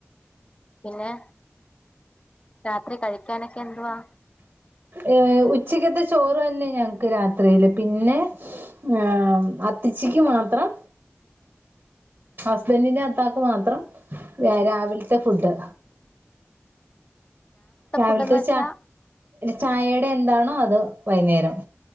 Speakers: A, on the left; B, on the right.
A: പിന്നെ രാത്രി കഴിക്കാനൊക്കെ എന്തുവാ
B: ഏ ഉച്ചക്കത്തെ ചോറ് തന്നെ ഞങ്ങക്ക് രാത്രിയില് പിന്നെ- ആഹ് അത്ത്ച്ചിക്ക് മാത്രം ഹസ്ബന്റിന്റെ അത്താക്ക് മാത്രം രാവിലത്തെ ഫുഡ് രാവിലത്തെ
A: ഫുഡ്ന്ന് വെച്ചാ
B: ച ചായേടെ എന്താ- എന്താണോ അത് വൈന്നേരം